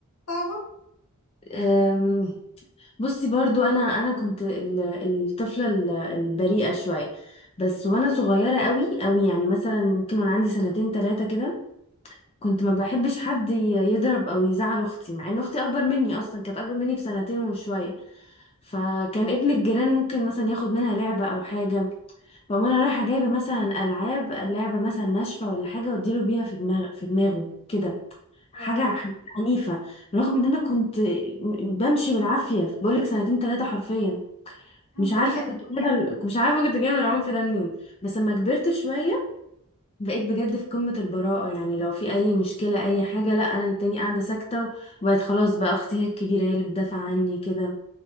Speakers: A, on the left; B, on the left.
A: صعبة
B: انت بصي برضو انا انا كنت ال- الطفله ال- البريئه شويه بس وانا صغيره قوي قوي يعني مثلا ممكن وانا عندي سنتين ثلاثه كده كنت ما بحبش حد ي- يضرب او يزعل اختي مع ان اختي اكبر مني اصلا كانت اكبر مني بسنتين وشويه فكان ابن الجيران ممكن مثلا ياخد منها لعبه او حاجه فأقوم انا رايحه جايبه مثلا العاب لعبه مثلا ناشفه ولا حاجه واديله بيها في دماغ في دماغه كده حاجة
A: يا لهوي
B: حاجة عنيفة رغم ان انا كنت م- بمشي بالعافية بقولك سنتين تلاتة حرفيا
A: أنا
B: مش
A: بريئة
B: عارفة كنت جايبة ال- مش عارفة كنت جايبة العنف ده منين بس لما كبرت شوية بقيت بجد في قمة البراءة يعني لو في أي مشكلة أي حاجة لا أنا التاني قاعدة ساكتة وبقيت خلاص بقى أختي هي الكبيرة هي اللي بتدافع عني كده